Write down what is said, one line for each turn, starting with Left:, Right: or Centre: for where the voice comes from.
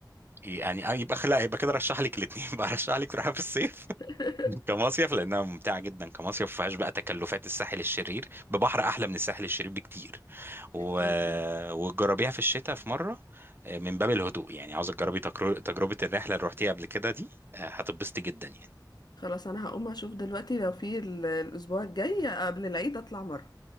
Right: يعني آه، يبقى لا يبقى كده رشح لك الاثنين <laughs> بقى رشح لك تروحها في الصيف
Left: <laughs>
Right: <laughs> كمصيف لانها ممتعه جدا كمصيف ما فيهاش بقى تكلفات الساحل الشرير ببحر احلى من الساحل الشرير بكتير و...
Left: أكيد
Right: وتجربيها في الشتاء في مره آه، من باب الهدوء يعني عاوزه تجربي تجر- تجربه الرحله اللي رحتيها قبل كده دي آه، هتتبسطي جدا يعني
Left: خلاص انا هقوم اشوف دلوقتي لو في ال- الاسبوع الجاي قبل العيد اطلع مرة